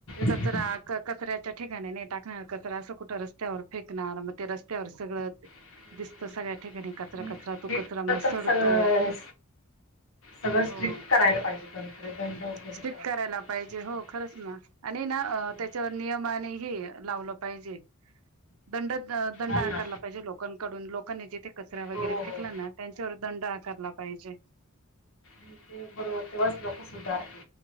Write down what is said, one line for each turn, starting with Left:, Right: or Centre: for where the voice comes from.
Right: कचरा
Left: ना
Right: कचऱ्याच्या ठिकाणी नाही टाकणार कचरा असं कुठं रस्त्यावर फेकणार मग ते रस्त्यावर सगळं,
Left: हम्म.
Right: दिसत सगळ्या ठिकाणी कचरा
Left: नाही,
Right: कचरा तो
Left: हे खरं
Right: कचरा म
Left: तर
Right: सडतो.
Left: सगळं हे सगळं
Right: हो
Left: स्ट्रिक करायला पाहिजे खर गदं वगैरे
Right: स्टिक
Left: ठेवायला.
Right: करायला
Left: असं
Right: पाहिजे
Left: लोकांना
Right: हो खरंच ना आणि हे ना
Left: हो ना
Right: त्यांच्यावर नियम हे लावलं पाहिजे. दंड दंड
Left: हा
Right: आकारला
Left: ना
Right: पाहिजे लोकांकडून लोकांनी जिथे. कचरा
Left: हो
Right: वगैरे
Left: हो
Right: फेकला ना त्यांच्यावर दंड आकारला पाहिजे.
Left: मग बरोब तेव्हाच लोक सुधारतील.